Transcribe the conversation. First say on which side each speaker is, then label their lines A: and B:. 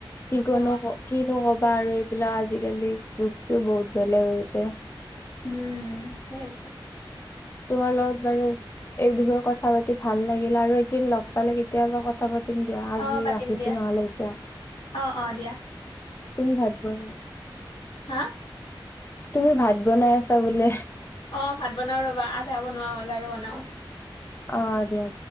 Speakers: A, on the left; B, on the left.
A: এনেকুৱা
B: কি কনো
A: হয়
B: - কিনো কবি বাৰু এইবিলাক আজিকালি যুগটো বহুত বেলেগ হৈছে।
A: উম, সেয়েটো।
B: তোমাৰ লগত বাৰু এই বিষয়ে কথা -পাতি ভাল লাগিল। আৰু একদিন লগ পালে কেতিয়াবা কথা পাতি পাতিম দিয়া আজি
A: অ পাতিম
B: ৰাখিছো
A: দিয়া
B: নহলে এতিয়া।
A: অ অ দিয়া
B: তুমি ভাত বনোৱা,
A: হা
B: তুমি ভাত বনাই আছা বোলে
A: অহ, ভাত বনাওঁ ৰবা আধা বনোৱা হ'ল আৰু বনাওঁ।
B: অহ, দিয়া।